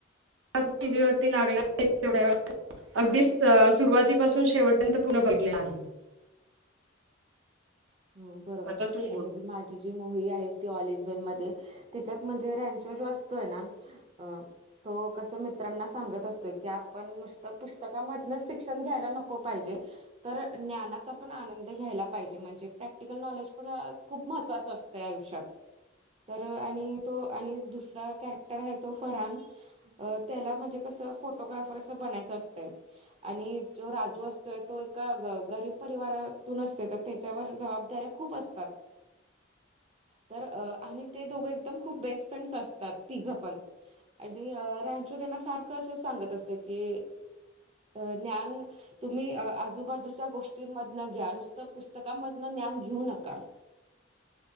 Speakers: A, on the right; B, on the right.
A: टीव्ही वरती लागला <unintelligible> तेवढ्या वेळा अगदीच सुरुवातीपासून शेवटपर्यंत पुन्हा बघितला आहे.
B: हो बरोबर,
A: आता तू
B: आणि
A: बोल
B: आता मा जी मूव्ही आहे ती ऑल इज वेल मध्ये, त्याच्यात म्हणजे रॅनचो जो असतोय ना अ तो कसं मित्रांना सांगत असतोय, की आपण नुसतं पुस्तकामधनच शिक्षण घ्यायला नको पाहिजे. तर ज्ञानाचा पण आनंद घ्यायला पाहिजे म्हणजे प्रॅक्टिकल नॉलेज पण अ खूप महत्वाचं असतंय आयुष्यात. तर आणि तो आणि दुसरा कॅरेक्टर आहे तो फरान अ त्याला म्हणजे कसं फोटोग्राफर असं बनायचं असतंय. आणि जो राजू असतोय तो एका ग गरीब परिवारातून असते त्या त्याच्यावर जबाबदाऱ्या खूप असतात. तर आणि ते दोघं एकदम खूप बेस्ट फ्रेंड्स असतात तिघं पण. आणि रेंचो त्यांना सारखं असंच सांगत असतो की अ ज्ञान तुम्ही आजूबाजूच्या गोष्टींमधनं घ्या नुसतं पुस्त पुस्तकांमधून ज्ञान घेऊ नका